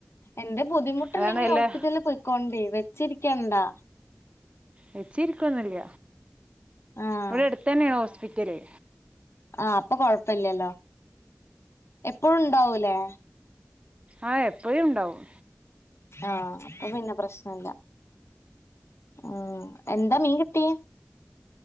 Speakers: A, on the left (about 70°); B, on the right (about 25°).
A: എന്റെറെ ബുദ്ധിമുട്ട്ണ്ടെങ്കിൽ
B: അതാണ് എല്ലാ
A: ഹോസ്പിറ്റലിൽ പോയിക്കോണ്ടി വെച്ചിരിക്കണ്ടാ.
B: വച്ചിരി കൊന്നില്ല
A: ആഹ്
B: ഇവിടെ അടുത്തെ ന്നെ ആണ് ഹോസ്പിറ്റല്.
A: ആഹ അപ്പൊ കൊഴപ്പില്ലല്ലോ എപ്പഴു ണ്ടാവൂലേ?
B: ആഹ എപ്പഴും ഇണ്ടാവും.
A: ആഹ അപ്പൊ പിന്നെ പ്രശ്നല്ല. ഉം എന്താ മീൻ കിട്ടി?